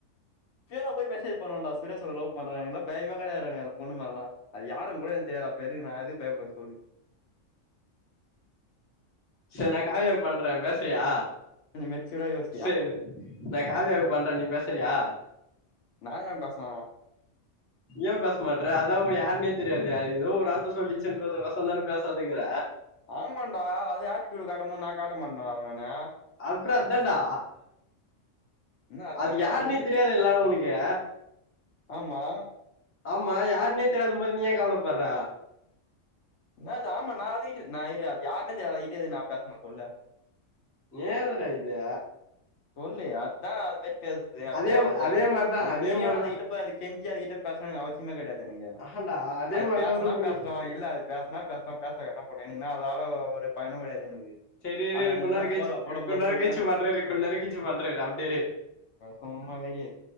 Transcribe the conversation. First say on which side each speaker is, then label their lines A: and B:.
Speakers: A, on the left; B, on the left.
A: நேரா போய் மெசேஜ் பண்ணுவேண்டா சுரேஷ் உங்கள லவ் பண்றாண்ணு பயமே கிடையாதுட எனக்கு அந்த பொண்ணு மேலால அது யாரு கூட எனக்கு தெர்யாது அப்ப எதுக்கு நா எதுக்கு பயப்படனு சொல்லு
B: சேரி நா காவியாக்கு பண்றே பேசுறியா
A: வச்சிரியா வச்
B: செரி நா காவியாக்கு பண்றே நீ பேசுறியா
A: நா ஏ பேசணு
B: ஏ பேச மாட்டற அதா உன்னைய யாருனே தெரியாதே ஏதோ ஒரு வார்த்த சொல்லிச்சன்றது கொசறோந்தானே பேசாதுக்கற
A: ஆம்மாண்டா அது ஆட்டிடியுடு காட்டும் போது நா காட்ட மாட்டனாடா நானு
B: அப்புற அதா டா
A: என்ன அதான்டா
B: அது யாருனே
A: சொல்லு
B: தெரியாத எல்லா உனக்கே
A: ஆமா
B: ஆமா யாருன்னே தெரியாதம் போது நீ ஏ கவலப்படுற
A: என்னது ஆமா நா அது கிட்ட நா இரு அது யாருனே தெரியதா அதுக்கிட்ட எது நா பேசணு சொல்லு
B: ஏதுடா இது
A: சொல்லு அதா அந்த மாரி பேசுது அப்ப
B: அதே
A: அது
B: அதே
A: அது
B: மாரிதா
A: அத
B: அதே
A: மீறியு
B: மாரிதா
A: அதுகிட்ட போயி அது கெஞ்சி அது கிட்ட பேசணு எனக்கு அவசியமே கெடையாது எனக்கு
B: ஆஹான்டா அதே
A: அது
B: மாரிதா
A: பேசனா
B: ரூபினி
A: பேசட்டு இல்ல அது பேசனா பேசட்டு பேசக்கட்ட போட்டு எனக்கின்ன அதால ஒ ஒரு பயனோ கெடையாது எனக்கு
B: செரி இரு
A: அது எனக்குன்னா
B: கொண்ணேரோ கழிச்சி
A: சோறா போட
B: கொண்ணேரோ
A: போது சொல்லு
B: கழிச்சி பண்ற இரு கொண்ணேரோ கழிச்சி பண்ற இரு அ டே டே
A: சும்மா வேடிய